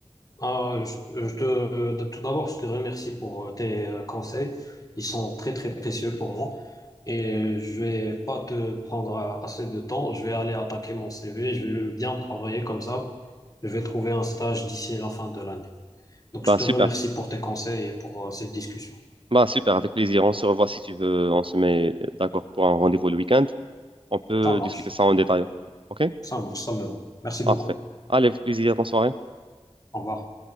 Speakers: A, on the left; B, on the right.
A: Ah, je, je te, tout d'abord, je te remercie pour euh, tes euh, conseils. Ils sont très, très précieux pour moi. Et euh, je vais pas te prendre euh, assez de temps. Je vais aller attaquer mon CV. Je vais bien travailler comme ça. Je vais trouver un stage d'ici la fin de l'année. Donc,
B: Bah
A: je te
B: super.
A: remercie pour tes conseils et pour euh, cette discussion.
B: Bah super, avec plaisir. On se revoit si tu veux. On se met euh, d'accord pour un rendez-vous le week-end. On peut
A: Ça marche.
B: discuter ça en détail. OK?
A: Ça marche. Ça me va. Merci beaucoup.
B: Parfait. Allez, avec plaisir. Bonne soirée.
A: Au revoir.